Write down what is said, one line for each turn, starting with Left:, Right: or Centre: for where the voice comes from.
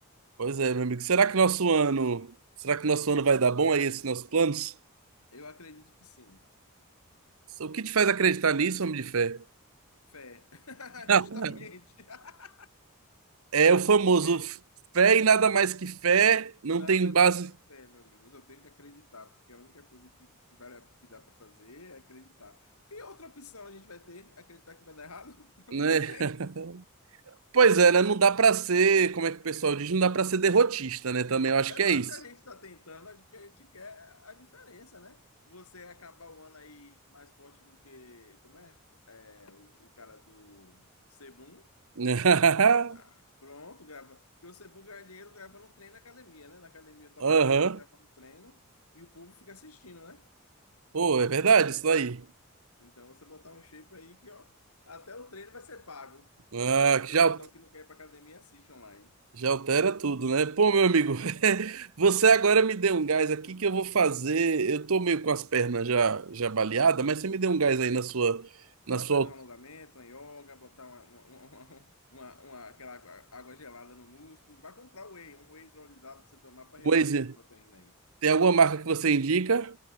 Right: Pois é, meu amigo. Será que nosso ano, será que nosso ano vai dar bom aí esses nossos planos?
Left: Eu acredito que sim.
Right: O que te faz acreditar nisso, homem de fé?
Left: Fé. <laughs>
Right: <laughs>
Left: Justamente. <laughs>
Right: É o famoso
Left: Porque
Right: f- fé e nada mais que fé, não
Left: nada
Right: tem
Left: mais
Right: base,
Left: que fé, meu amigo. Eu só tenho que acreditar, porque a única coisa que, que, vale- que dá para fazer é acreditar. Que outra opção a gente vai ter? Acreditar que vai dar errado? <laughs>
Right: né?
Left: Não tem.
Right: <laughs> Pois é, né? Não dá pra ser, como é que o pessoal diz, não dá pra ser derrotista, né? Também eu acho
Left: Exato.
Right: que é isso.
Left: Se a gente está tentando, é porque a gente quer a diferença, né? Você acabar o ano aí mais forte do que. Como é? É, o, o cara do Sebum.
Right: <laughs>
Left: Tá. Pronto, grava. Porque você é bom ganhar dinheiro gravando um treino na academia, né? Na academia eu tava
Right: Aham.
Left: vendo ele gravando o treino e o povo fica assistindo, né?
Right: Pô, é verdade isso daí.
Left: Então você botar um shape aí que, ó, até o treino vai ser pago.
Right: Ah,
Left: Porque
Right: que
Left: o
Right: já,
Left: pessoal que não quer ir pra academia assiste online.
Right: já altera tudo, né? Pô, meu amigo, <laughs> você agora me deu um gás aqui que eu vou fazer. Eu tô meio com as pernas já, já baleadas, mas você me deu um gás aí na sua, na
Left: Vai
Right: sua
Left: fazer um alongamento, uma yoga, botar uma, uma, uma- uma- uma- aquela água água gelada no músculo. Vai comprar whey, um whey hidrolisado pra você tomar pra repor
Right: coisa.
Left: essas proteínas aí.
Right: Tem alguma marca que você indica?